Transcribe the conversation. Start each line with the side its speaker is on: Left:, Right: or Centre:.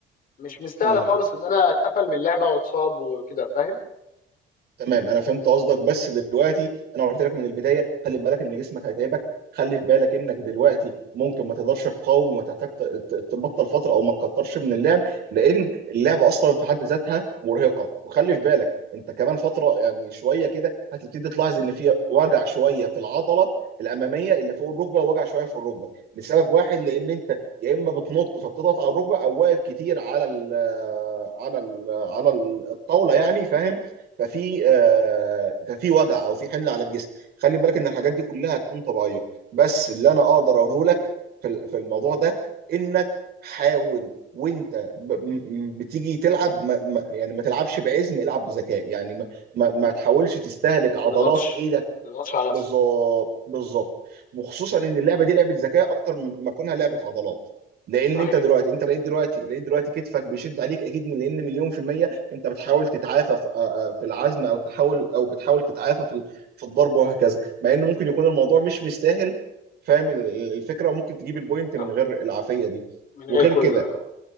Left: مش مستاهله
Right: مم.
Left: خالص ان انا اتقفل من اللعبه واتصاب وكده فاهم
Right: تمام انا فهمت قصدك بس دلوقتي انا قلت لك من البدايه خلي بالك ان جسمك هيتعبك خلي في بالك انك دلوقتي ممكن ما تقدرش تقاوم وتحتاج ت- ت- تبطل فتره او ما تكترش من اللعب لان اللعب اصلا في حد ذاتها مرهقه وخلي في بالك انت كمان فتره يعني شويه كده هتبتدي تلاحظ ان في وجع شويه في العضله الاماميه اللي فوق الركبه ووجع شويه في الركبه لسبب واحد لان انت يا اما بتنط فبتضغط على الركبه او واقف كتير على ال على ال على ال- الطاوله يعني فاهم ففي آه، ففي وجع او في حمل على الجسم خلي بالك ان الحاجات دي كلها هتكون طبيعيه بس اللي انا اقدر اقوله لك في ال- في الموضوع ده انك حاول وانت ب- م- م- بتيجي تلعب ما ما- يعني ما تلعبش بعزم العب بذكاء يعني ما ما ما تحاولش تستهلك عضلات
Left: ما تضغطش
Right: ايه
Left: ما تضغطش على
Right: بالظبط
Left: نفسك
Right: بالظبط وخصوصا ان اللعبه دي لعبه ذكاء اكتر م- ما كونها لعبه عضلات لان
Left: صحيح
Right: انت دلوقتي انت لقيت دلوقتي لقيت دلوقتي كتفك بيشد عليك اكيد من لان مليون في الميه انت بتحاول تتعافى في آه، آه، في العزم او تحاول او بتحاول تتعافى في ال- في الضرب وهكذا مع ان ممكن يكون الموضوع مش مستاهل فاهم ال- ال- الفكره وممكن تجيب البوينت
Left: صح
Right: من غير العافيه دي
Left: من
Right: وغير
Left: غير كل
Right: كده
Left: ده آه.